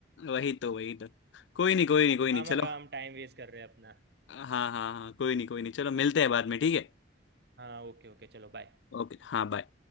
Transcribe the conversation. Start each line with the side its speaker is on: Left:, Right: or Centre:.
Left: वही तो वही तो कोई नहीं कोई नहीं कोई
Right: काम
Left: नहीं चलो
Right: काम टाइम वेस्ट कर रहे हैं अपना
Left: हाँ हाँ हाँ कोई नहीं कोई नहीं चलो मिलते हैं बाद में ठीक है
Right: हाँ ओके ओके चलो बाय
Left: ओके हाँ बाय